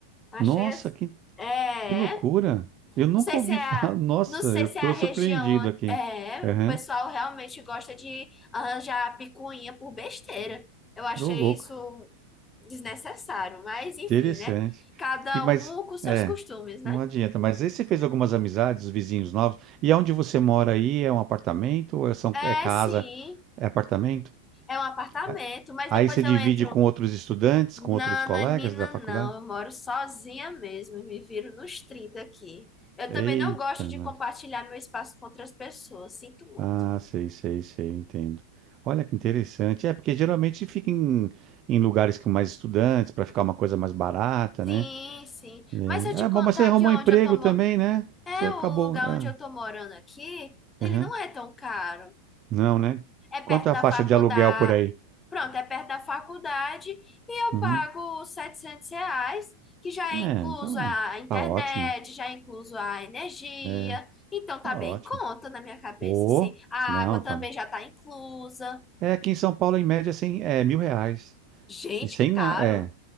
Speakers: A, on the left; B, on the right.
A: Achei
B: Nossa,
A: assim.
B: que,
A: É,
B: que loucura. Eu nunca
A: não sei
B: ouvi
A: se é
B: falar.
A: a,
B: <laughs> Nossa,
A: não sei
B: eu
A: se
B: estou
A: é a região.
B: surpreendido aqui.
A: É,
B: Aham,
A: o pessoal realmente gosta de arranjar picuinha por besteira. Eu achei
B: tô louco.
A: isso desnecessário, mas enfim,
B: Interessante.
A: né? Cada
B: E, mas,
A: um com seus
B: é,
A: costumes, né?
B: não adianta. Mas aí você fez algumas amizades, vizinhos novos. E aonde você mora aí? É um apartamento ou é, são,
A: É,
B: é casa?
A: sim,
B: É apartamento?
A: é um apartamento,
B: É,
A: mas
B: Aí
A: depois
B: você
A: eu
B: divide
A: entro.
B: com outros estudantes,
A: Nananina,
B: com outros colegas da faculdade?
A: não, eu moro sozinha mesmo e me viro nos 30 aqui. Eu
B: Eita,
A: também não gosto de
B: nós.
A: compartilhar meu espaço com outras pessoas, sinto muito.
B: Ah, sei, sei, sei, entendo. Olha que interessante. É, porque geralmente fica em, em lugares com mais estudantes, para ficar uma coisa mais barata,
A: Sim,
B: né?
A: sim.
B: É,
A: Mas se eu te
B: É,
A: contar
B: bom, mas você arrumou
A: que onde
B: um emprego
A: eu tô,
B: também, né?
A: É,
B: Você acabou.
A: o lugar
B: é,
A: onde eu tô morando aqui, ele
B: aham.
A: não é tão caro.
B: Não, né?
A: É perto
B: Quanto é
A: da
B: a faixa
A: faculdade.
B: de aluguel por aí?
A: Pronto, é perto da faculdade e eu
B: Uhum.
A: pago 700 reais, que já é
B: É,
A: incluso
B: então
A: a internet,
B: tá ótimo.
A: já é incluso a energia.
B: É,
A: Então tá
B: tá
A: bem
B: ótimo.
A: em conta na minha cabeça,
B: Ô,
A: assim. A
B: não,
A: água também
B: tá.
A: já tá inclusa.
B: É, aqui em São Paulo, em média, é cem, é mil reais.
A: Gente,
B: E Sem
A: que caro.
B: nada. É.